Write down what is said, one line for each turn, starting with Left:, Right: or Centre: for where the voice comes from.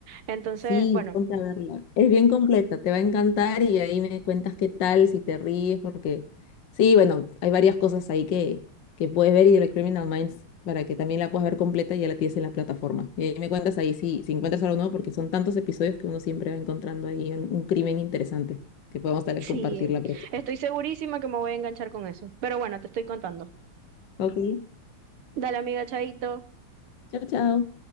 Right: Entonces,
Left: sí,
Right: bueno,
Left: ponte a verla. Es bien completa, te va a encantar y ahí me cuentas qué tal, si te ríes, porque sí, bueno, hay varias cosas ahí que, que puedes ver y de la Criminal Minds para que también la puedas ver completa y ya la tienes en la plataforma. Y ahí me cuentas ahí si, si encuentras algo nuevo, porque son tantos episodios que uno siempre va encontrando ahí un, un crimen interesante que podemos tal
Right: sí,
Left: vez compartir la próxima.
Right: estoy segurísima que me voy a enganchar con eso. Pero bueno, te estoy contando.
Left: Ok.
Right: Dale, amiga, chaito.
Left: Chao, chao.